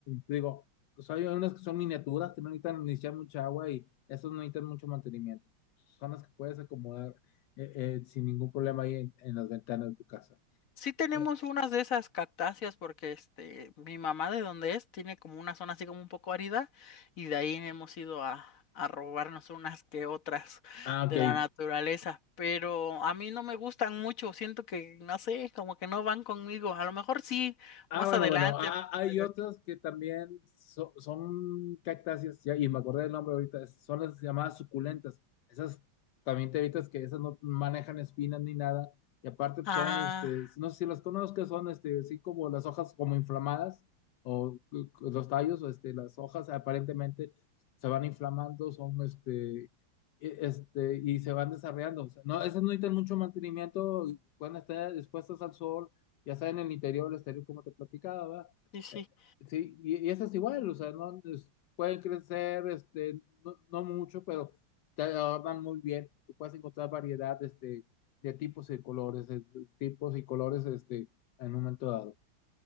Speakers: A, on the left; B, on the left.
A: digo, o sea, hay unas que son miniaturas que no necesitan ni echar mucha agua y esas no necesitan mucho mantenimiento. Son las que puedes acomodar eh, eh, sin ningún problema ahí en, en las ventanas de tu casa.
B: Sí tenemos
A: Eh,
B: unas de esas cactáceas porque este, mi mamá de donde es tiene como una zona así como un poco árida y de ahí hemos ido a, a robarnos unas que otras
A: ah, ok.
B: de la naturaleza. Pero a mí no me gustan mucho, siento que, no sé, como que no van conmigo. A lo mejor sí,
A: Ah,
B: más
A: bueno,
B: adelante,
A: bueno, ah, ah, hay
B: pero...
A: otras que también so- son cactáceas, ya, y me acordé del nombre ahorita, es- son las llamadas suculentas. Esas también te evitas que esas no manejan espinas ni nada, y aparte pues,
B: Ah,
A: son, este, no sé si las conozcas, son, este, así como las hojas como inflamadas, o eh, los tallos, o, este, las hojas aparentemente se van inflamando, son, este, e- este, y se van desarrollando. O sea, no, esas no necesitan mucho mantenimiento, pueden estar expuestas al sol ya sea en el interior o el exterior, como te platicaba, ¿verdad?
B: sí, sí.
A: Eh, sí, y, y eso es igual, o sea, no Es- pueden crecer, este, no, no mucho, pero te adornan muy bien. Tú puedes encontrar variedad, este, de tipos y colores, de tipos y colores, este, en un momento dado.